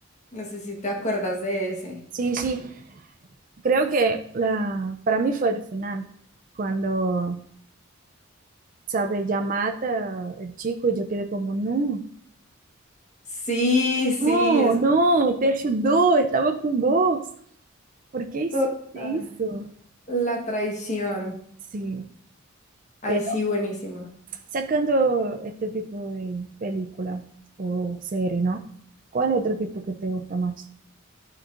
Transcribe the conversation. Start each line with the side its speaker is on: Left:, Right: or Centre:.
Left: No sé si te acuerdas de ese.
Right: Sí, sí, creo que la, para mí fue el final, cuando, sabe, ya mata el chico y yo quedé como, no,
Left: Sí, sí,
Right: no,
Left: es
Right: no, te ayudó, estaba con vos, ¿por qué hiciste
Left: total.
Right: eso?
Left: La traición.
Right: Sí,
Left: Ay,
Right: pero
Left: sí, buenísimo.
Right: sacando este tipo de película o serie, ¿no? ¿Cuál otro tipo que te gusta más?